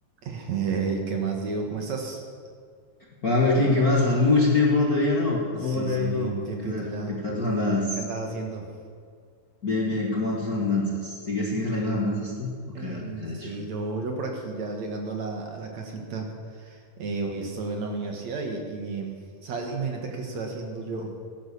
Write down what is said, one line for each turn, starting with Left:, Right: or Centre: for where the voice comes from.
Right: Hey, ¿qué más, Diego? ¿Cómo estás?
Left: Hola Melkin, ¿qué más? Hace mucho tiempo no te veía, ¿no? ¿Cómo
Right: Sí,
Left: te
Right: sí,
Left: ha ido todo?
Right: un tiempito
Left: ¿Qué tal?
Right: ya.
Left: ¿Qué tal tus andadas?
Right: ¿Qué, qué andas haciendo?
Left: Bien, bien, ¿cómo van tus andanzas? ¿Sigues, sigues las mismas andanzas tú? ¿O
Right: Eh,
Left: qué, qué has hecho?
Right: sí, yo, yo por aquí ya llegando a la, a la casita. Eh, hoy estuve en la universidad y, y bien. ¿Sabes? Imagínate qué estoy haciendo yo.